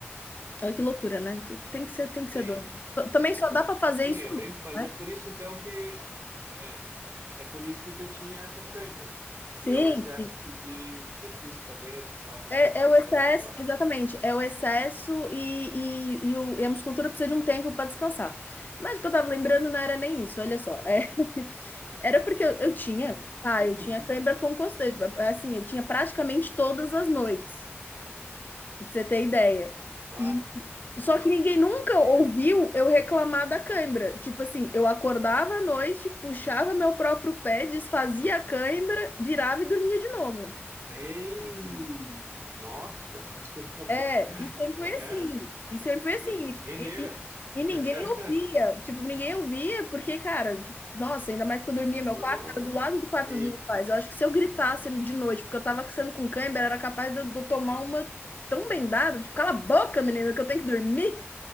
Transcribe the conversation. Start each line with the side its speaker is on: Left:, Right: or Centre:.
Left: Olha que loucura, né? Tem tem que ser, tem
Right: Sim.
Left: que ser dor. T-
Right: Sim.
Left: Também só dá para fazer
Right: Sim,
Left: isso,
Right: é bem, mas
Left: né?
Right: é por isso então que é, é por isso que tu tinha essas câimbras, porque tu
Left: Sim,
Right: tinha um excesso de exercício, talvez, falta
Left: é,
Right: de preparação,
Left: é o excesso,
Right: sei lá.
Left: exatamente, é o excesso e, e, e o- e a musculatura precisa de um tempo para descansar. Mas o que eu tava lembrando não era nem isso, olha só.
Right: Claro.
Left: É. <laughs> Era porque eu, eu tinha,
Right: Hum.
Left: tá,
Right: <laughs>
Left: eu tinha cãibra com constante, assim, eu tinha praticamente todas as noites, pra você ter ideia.
Right: Bah.
Left: E
Right: Nossa.
Left: só que ninguém nunca
Right: Sim.
Left: ouviu eu reclamar da cãibra. Tipo assim, eu acordava à noite, puxava meu próprio pé, desfazia a cãibra, virava e dormia de novo.
Right: Ei! Nossa. <laughs>
Left: É, e sempre
Right: É,
Left: foi assim. E sempre foi
Right: gue-
Left: assim.
Right: guerreira.
Left: E, e- e ninguém
Right: <laughs>
Left: ouvia. Tipo, ninguém ouvia, porque, cara, tipo, nossa, ainda mais que eu dormia,
Right: Nossa,
Left: meu quarto era do lado do quarto
Right: sim.
Left: dos meus pais. Eu acho que se eu gritasse de noite, porque eu tava sendo com cãibra, era capaz de eu, de eu tomar uma tão bendada. Tipo, cala a boca, menina, que eu tenho que dormir.